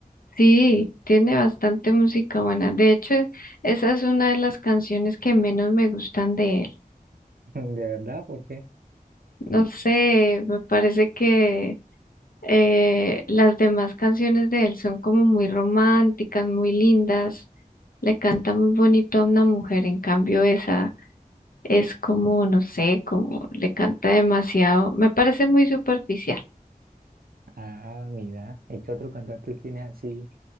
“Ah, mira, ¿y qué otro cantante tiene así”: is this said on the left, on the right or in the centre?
Right